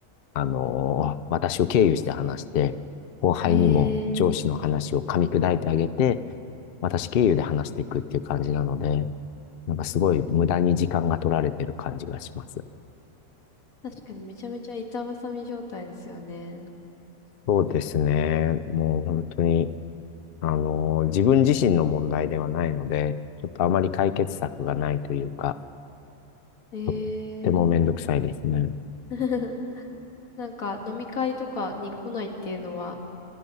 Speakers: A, on the left (about 55°); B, on the left (about 80°).
A: あのー私を経由して話して、後輩にも上司の話を噛み砕いてあげて、
B: ええ
A: 私経由で話していくっていう感じなので、なんかすごい無駄に時間が取られてる感じがします。
B: ー。確かにめちゃめちゃ板挟み状態ですよね。
A: そうですね。もう本当に、あのー自分自身の問題ではないので、ちょっとあまり解決策がないというか、
B: え
A: とってもめんどくさいですね。
B: え <laughs> なんか飲み会とかに来ないっていうのは、